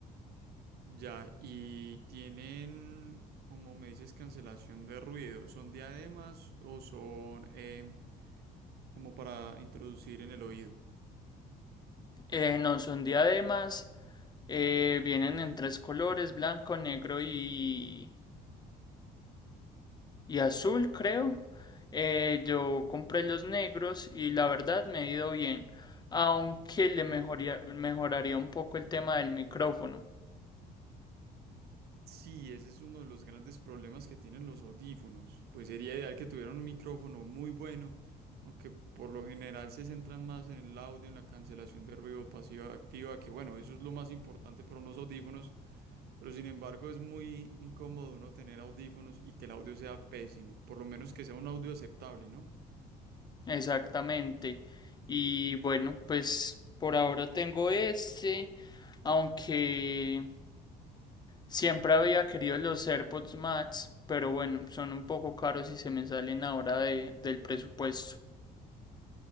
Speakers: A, on the right; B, on the left.
A: Ya, y tienen, como me dices, cancelación de ruido. ¿Son diademas o son eh, como para introducir en el oído?
B: Eh, no son diademas, eh, vienen en tres colores, blanco, negro y, y azul, creo. Eh, yo compré los negros y la verdad me ha ido bien, aunque le mejoría- mejoraría un poco el tema del micrófono.
A: Sí, ese es uno de los grandes problemas que tienen los audífonos. Pues sería ideal que tuvieran un micrófono muy bueno, aunque por lo general se centran más en el audio, en la cancelación de ruido pasiva activa, que bueno, eso es lo más importante para unos audífonos, pero sin embargo es muy incómodo uno tener audífonos y que el audio sea pésimo, por lo menos que sea un audio aceptable, ¿no?
B: Exactamente. Y bueno, pues por ahora tengo este, aunque siempre había querido los AirPods Max, pero bueno, son un poco caros y se me salen ahora de, del presupuesto.